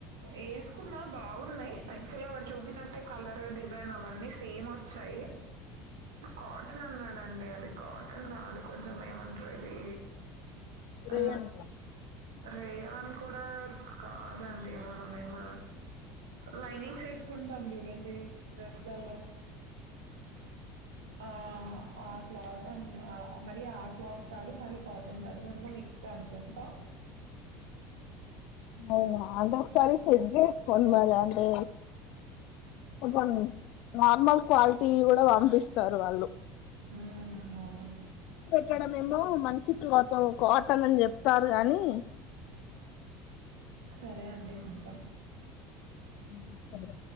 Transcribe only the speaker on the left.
రే
అంట
అవునా అది ఒకసారి చెక్ చేస్కోండి మరి అంటే
కొంచం నార్మల్ క్వాలిటీ కూడా పంపిస్తారు వాళ్ళు
ఇక్కడ మేము మంచి క్లోతు కాటన్ అని చెప్తారు గాని
ఉ సరే